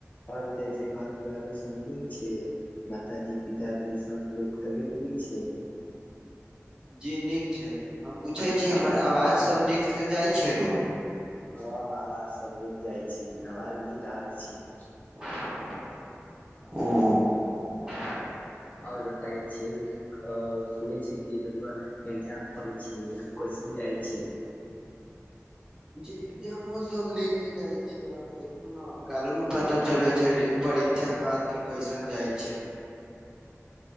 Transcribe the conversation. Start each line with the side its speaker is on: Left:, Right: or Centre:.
Left: ओर बताई जे घर परिवारो लोग सब नीक छैय, माताजी पिताजी सब लोग तबियत नीक छैय।
Right: जी नीक छैय, हम पूछै छी हमर आवाज सब नीकसँ जाइ छैय नऽ।
Left: हँ आवाज सब नीक जाइ छैय, आवाज नीक आबै छैय।
Right: <unintelligible>
Left: और बताई छी। अ सुने छी कि रौआ एग्जाम पढ़ै छिए, एग्जाम केसन जाये छैय।
Right: जी एग्जामो सब नीके जाय छैय, अब देखु। सुनब कालो ने पता चले छैय परीक्षा बाद की कैसन जाइ छैय।